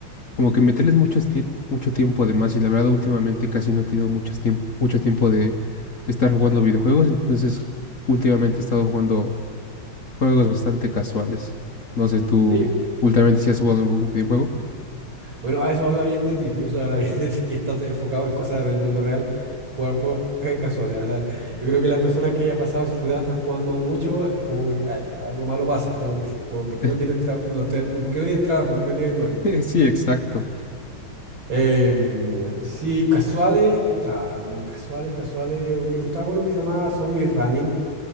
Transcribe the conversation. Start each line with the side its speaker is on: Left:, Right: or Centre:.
Left: como que meterles muchos tie- mucho tiempo de más y la verdad últimamente casi no he tenido mucho tiempo, mucho tiempo de estar jugando videojuegos, entonces últimamente he estado jugando juegos bastante casuales. No sé, tú
Right: Sí,
Left: últimamente si has jugado algún videojuego.
Right: bueno, a eso habla bien de ti, <laughs> eso habla bien de ti, que estás enfocado en cosas del mundo real, jugar juegos <laughs> casuales. habla- Yo creo que las personas que ha pasado, si te das, están jugando mucho, es como que ay, algo malo pasa, <laughs> como que, como, ¿por qué
Left: <laughs>
Right: no tienes, tra- no te- no- ¿por qué no tienes trabajo? ¿Por qué no tienes novia?
Left: Sí, exacto.
Right: Eh, mm, sí, casuales, pucha, mm, casuales, casuales. Me gustaba uno que se llamaba Zombie Running,